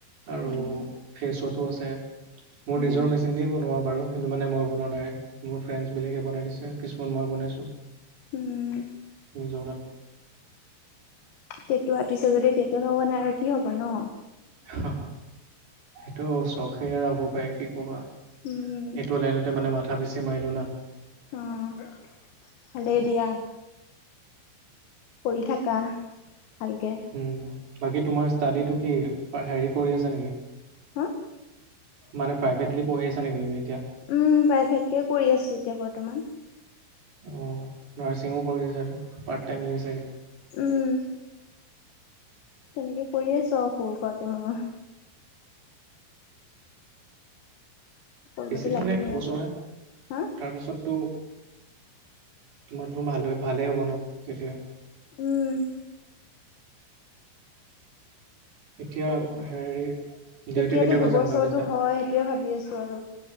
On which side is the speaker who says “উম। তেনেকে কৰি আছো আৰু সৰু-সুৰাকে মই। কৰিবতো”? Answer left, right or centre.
Left